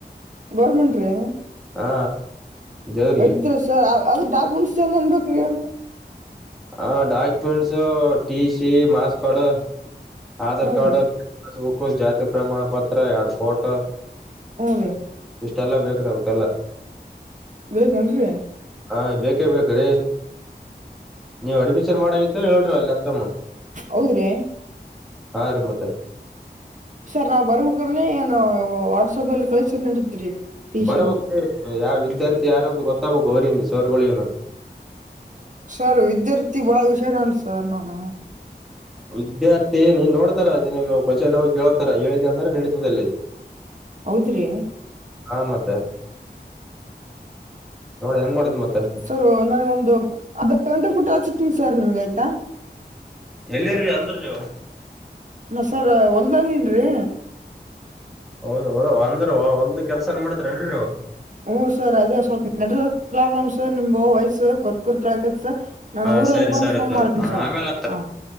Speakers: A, on the right; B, in the centre.
A: ಗೌರ್ಮೆಂಟ್ ರೀ
B: ಹಾ ದೇವ್ರಿಗೆ
A: ಎಡ್ರ ಸರ್ ಅವ್ರ ಡಾಕ್ಯುಮೆಂಟ್ ಏನು ಏನು ಬೇಕು ಏಳು ರಿ
B: ಹ documents T C marks card Aadhaar
A: ಹ್ಞೂ
B: ಕಾರ್ಡ್
A: ರೀ
B: ಪಸ್ಬುಕ್ ಜಾತಿ ಪ್ರಮಾಣ ಪತ್ರ ಎಡ್ಪೋರ್ಟ್
A: ಹ್ಮ್ಮ್ ರೀ
B: ಇಷ್ಟೆಲ್ಲ ಬೇಕು್ರೀ ಅವಕ್ಕೆಲ್ಲ
A: ಬೇಕು ಏನು ರಿ
B: ಹಾ ಬೇಕೇ ಬೇಕ್ರೀ ನೀವು ಅಡ್ಮಿಷನ್ ಮಾಡು ಆಯ್ತು ಹೇಳಿ ಅಲ್ಲಿ ಅತ್ತಮ್ಮ
A: ಹೌದ್ರಿ
B: ಹಾ ರೀ ಮತ್ತೆ
A: ಸರ್ ನಾವ್ ಬರ್ಬೇಕಡ್ರಿ ಏನು ವಾಟ್ಸಪ್ಲ್ಲಿ ಕಳಸ ನಡಿದ್ರಿ ಟಿ
B: ಬರ್ಬಕ್
A: ಶವು
B: ಯಾವ ವಿದ್ಯಾರ್ಥಿ ಯಾರ ಅಂತ ಗೊತ್ತಾಗಬಬೇಕು ಅವರಿಂದ ಸೋರ್ಗಳನು
A: ಸರ್ ವಿದ್ಯಾರ್ಥಿ ಬಾಳ ಹುಷಾರ ಅಂ ಸರ್ ನಾನು
B: ವಿದ್ಯಾರ್ಥಿ ನೀನ್ ನೋಡ್ತಾರ ನಿಿನ ಕ್ವನ್ ಕೇತಾರ ಹೇಳಿದೆ ಅಂದ್ರೆ ನಡೀತದಲ್ಲಿ
A: ಹೌದ್ರಿ
B: ಹಾ ಮತ್ತೆ ನೋಡಿ ಹೆಂಗ ಮಾಡತಿ ಮತ್ತೆ
A: ಸರ್ ನನಗ ಒಂದು ಅರ್ ಗಂಟೆ ಪುಟ್ಟ ಆಚತನಿ ಸರ್ ನಿಮಗೆ ಆಯ್ತಾ
B: ಎಲ್ಲಿರಿ ಅಂದ್ರ ನೀವು
A: ನ ಸರ್ ಹೊಲ್ದಾನ ನ್ರೀ
B: ಹೌದ್ ಹೌದ ಅಂದ್ರ ಹೊಲ್ದ ಕೆಲ್ಸಾನ್ ಮಾಡತರಿೇನ್ರಿ ನೀವು
A: ಹ್ ಸರ್ ಅದೇ ಸ್ವಲ್ಪ ನೆಟ್ವರ್ಕ್ ಪ್ರಾಬ್ಲಮ್ ಸರ್ ನಿಮ್ ವಯಸ್ಸ ಕೊ ರ್ ಕಕತ್ ಸರ್ ನಾನ
B: ಹಾ
A: ಊರಲ್ಲಿ
B: ಸರಿ
A: ಬಂದು
B: ಸರಿ
A: ಫೋನ್
B: ತೋರಿ
A: ಮಾಡ್ತನ ಸರ್
B: ಆಮೇಲೆ
A: ಹ